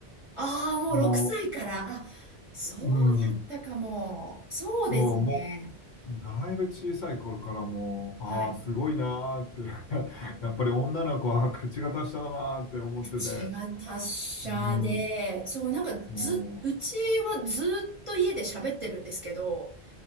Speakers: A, on the right; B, on the left.
A: ああ、もう6歳から。
B: も
A: あ、そうだったかも。
B: う、うん。
A: そうですね。
B: そう、もう、だいぶ小さい頃からもう、
A: はい。
B: ああ、すごいなーって <laughs> やっぱり女の子は口が達者だなーって思ってて、
A: 口が達者で、
B: うん、
A: そう、なんかず、
B: も
A: うちはずっと家で喋ってるんですけど、